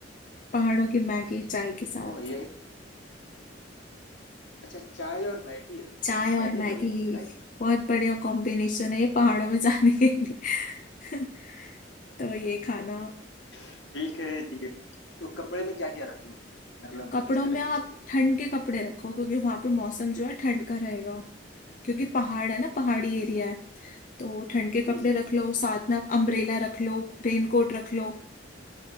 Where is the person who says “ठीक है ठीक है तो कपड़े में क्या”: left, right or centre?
Left